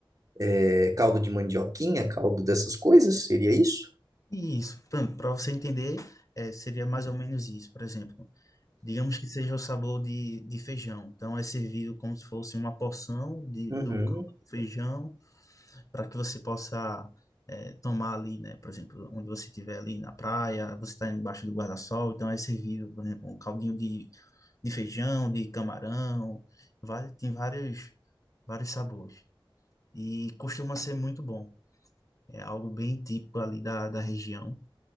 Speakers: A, on the right (about 40°); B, on the left (about 40°).
A: é, caldo de mandioquinha, caldo dessas coisas? Seria isso?
B: E isso, para você entender, eh, seria mais ou menos isso. Por exemplo, digamos que seja o sabor de, de feijão. Então, é servido como se fosse uma porção de,
A: Uhum.
B: do caldo de feijão para que você possa é, tomar ali, né? Por exemplo, onde você estiver ali na praia, você está embaixo do guarda-sol, então é servido, por exemplo, um caldinho de, de feijão, de camarão, vai, tem vários, vários sabores. E costuma ser muito bom. É algo bem típico ali da, da região.